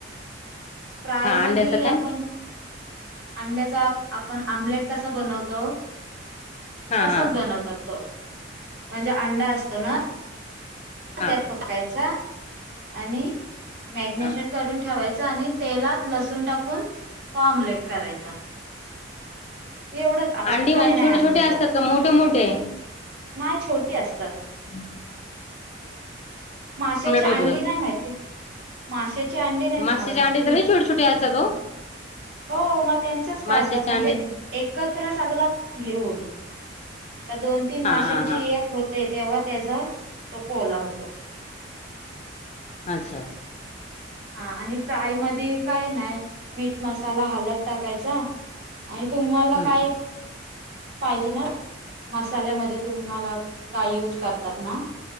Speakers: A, on the right (about 60°); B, on the left (about 35°).
A: प्राय
B: हा
A: म
B: अंड्याचं काय
A: आपण अंड्याचा आपण आमलेट कसा बनवतो
B: हा
A: तसाच
B: हा
A: बनवतात तो म्हणजे अंडा असतो ना
B: हा
A: त्यात फकायचा आणि मॅग्नेशन
B: हा
A: करून ठेवायच आणि तेलात लसून टाकून तो ऑमलेट करायचा एवढंच बाकी
B: अंडी
A: काही
B: म्हणजे
A: नाही
B: छोटे
A: अंड्याला
B: छोटे असतात का मोठे मोठे
A: नाही छोटी असतात
B: हम्
A: माश्याची अंडी
B: होतं
A: नाही माहिती माशची अंडी नाही तुम्हाला
B: मासेचे
A: माहिती
B: अंडे तर लई छोटे छोटे असतात हो
A: हो मग त्यांचच करतात
B: मासेचे
A: म्हणजे
B: अंडे
A: एकत्र सगळ घेऊन त्या दोन तीन
B: हा
A: माशांची
B: हा हा
A: एक होते तेव्हा त्याचा तो कोला होत
B: अच्छा अच्छा
A: हा आणि फ्राय मध्ये काय ना मीठ मसाला हलत टाकायचा आणि तुम्हाला
B: हम्म
A: काय पाहिजे ना मसाल्यामध्ये तुम्हाला का यूज करतात ना